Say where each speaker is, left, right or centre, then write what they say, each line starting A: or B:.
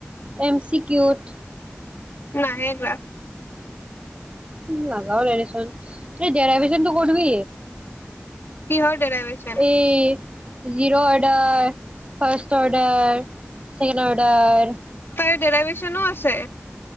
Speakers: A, on the right; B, on the left.
A: এম চি কিউত।
B: নাহে যোৱা
A: এই নাজাও ৰেদিচন এই ডেৰাইভচনটো কৰবি
B: কিহৰ ডেৰাইভেচন
A: এই zero order first order second order
B: তাইৰ ডেৰাইভেচনো আছে